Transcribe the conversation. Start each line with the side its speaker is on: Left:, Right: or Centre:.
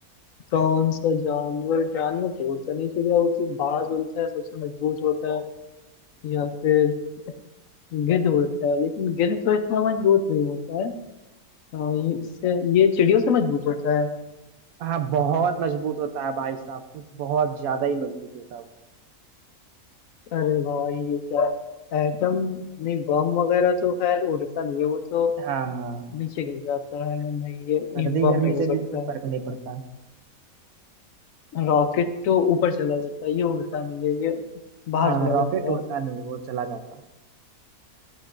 Left: कौन सा जानवर जानवर तो बोलता नहीं चिड़िया होती बाज उड़ता है सबसे मजबूत होता है या फिर गिद्ध उड़ता है लेकिन गिद्ध तो इतना मजबूत नहीं होता है हाँ ये इससे ये चिड़ियों से मजबूत होता है
Right: हाँ बहुत मजबूत होता है भाई साहब कुछ बहुत ज्यादा ही मजबूत होता है वो
Left: अरे भाई ये क्या एटम नहीं बम वगैरह तो खैर उड़ता नहीं है वो तो
Right: हाँ
Left: नीचे गिर जाता है नहीं ये,
Right: सर्दी
Left: ये बम
Right: गर्मी
Left: नहीं
Right: से
Left: हो सकता
Right: बिल्कुल फर्क नहीं पड़ता
Left: रॉकेट तो ऊपर चला जाता है ये उड़ता नहीं है ये
Right: हाँ
Left: बाहर चला
Right: रॉकेट
Left: जाता
Right: उड़ता
Left: है
Right: नहीं वो चला जाता है